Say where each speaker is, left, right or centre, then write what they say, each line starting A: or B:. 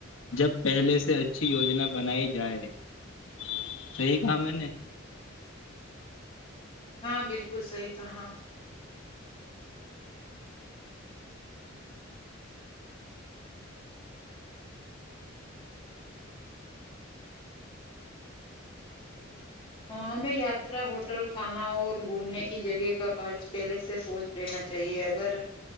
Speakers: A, on the left; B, on the left.
A: جب پہلے سے اچھی یوجنا بنائی جائے <unintelligible> صحی کہا میں نے
B: ہاں بالکل صحی کہاں ہمیں یاترا ہوٹل کھانا اور گھومنے کی جگہ کا خرچ پہلے سے سوچ لینا چاہیے اگر